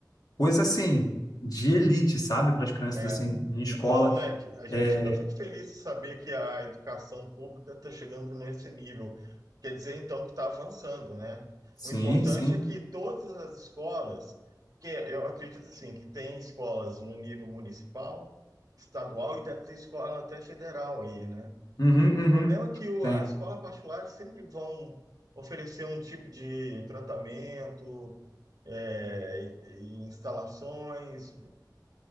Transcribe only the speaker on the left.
coisa assim de elite, sabe? Para as crianças
assim em
escola.
É,
sim,
sim.
Uhum,
uhum.
Tem.